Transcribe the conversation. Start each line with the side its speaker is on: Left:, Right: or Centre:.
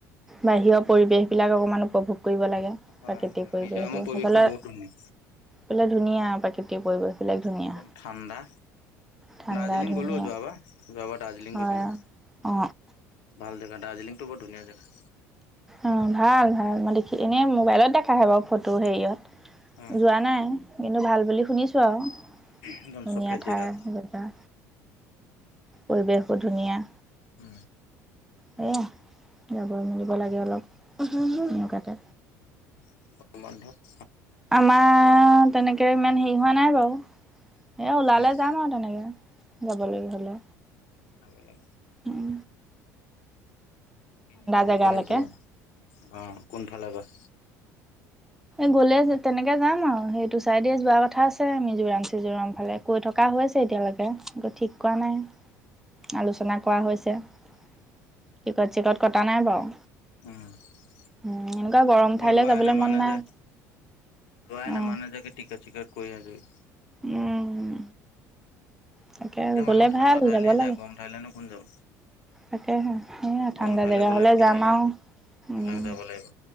Centre: বাহিৰৰ পৰিবেশ বিলাক অকমান উপভোগ কৰিব লাগে
Left: হয়
Centre: প্ৰাকৃতিক
Left: হয়
Centre: পৰিৱেশবোৰ
Left: মিজোৰামৰ পৰিৱেশটো
Centre: সফলে।
Left: বহুত ধুনীয়া
Centre: বোলে ধুনীয়া প্ৰাকৃতিক পৰিৱেশ বিলাক ধুনীয়া।
Left: একদম ঠাণ্ডা
Centre: ঠাণ্ডা
Left: দাৰ্জিলিং
Centre: ধুনীয়া
Left: গলো যোৱাবাৰ, যোৱাবাৰ দাৰ্জিলিং
Centre: হয়।
Left: গৈছিলো।
Centre: অ।
Left: ভাল জেগা দাৰ্জিলিংটো বৰ ধুনীয়া জেগা।
Centre: অ ভাল ভাল মই দেখি এনেই মোবাইলত দেখাাহে বাৰু ফটো হেৰিয়ত।
Left: উম,
Centre: যোৱা নাই কিন্তু ভাল বুলি শুনিছোঁ আৰু। ধুনীয়া
Left: একদম চফেদ
Centre: ঠাই
Left: জেগা।
Centre: এ পৰিৱেশ, ধুনীয়া।
Left: উ
Centre: সয়া যাব মেলিব লাগে অলপ এনেুৱাতে।
Left: অ বন্ধৱ।
Centre: আমাৰ তেনেকে ইমান হেৰি হোৱা নাই বাৰু। এই ওলালে
Left: উম,
Centre: যাম আৰু তেনেকৈ যাবলৈ হ'লে।
Left: ন বোলে।
Centre: উম।
Left: কিনি যাম
Centre: জেগালৈকে
Left: বুলি ভাবিছ আহ কোনফালে গছ।
Centre: গ'লে তেনেকে যাম আৰু সেইটো চাইডে যোৱা কথা আছে আমিজোৰাম চিজোৰাম ফালে কৈ থকা হৈছে। তেতিয়ালৈকে ঠিক কৰা নাই আলোচনা। কোৱা হৈছে টিকট চিকট কটা নাই বাৰু।
Left: উ আমাৰ
Centre: উম এনেকুৱা গৰম
Left: আকৌ
Centre: ঠাইলৈ
Left: লোৱা
Centre: যাবলৈ
Left: নমানে
Centre: মন নাই
Left: যে। <unintelligible> লোৱাই
Centre: অ
Left: নামানে যে টিকেট চিকেট কৰি আজৰি।
Centre: উম। তাকে
Left: এতিয়া
Centre: গলে
Left: মানুহ ঠাণ্ডা
Centre: ভাল
Left: ঠাইলে
Centre: যাব লাগে।
Left: যায় গৰম ঠাইলেনো কোন যাব
Centre: তাকেহে সেইয়া ঠাণ্ডা
Left: গৰম ঠাইলৈ
Centre: জেগা
Left: গ'লে
Centre: হলে
Left: কেৰেলা
Centre: যাম আৰু
Left: এইবিলাক
Centre: উম।
Left: যাব লাগিব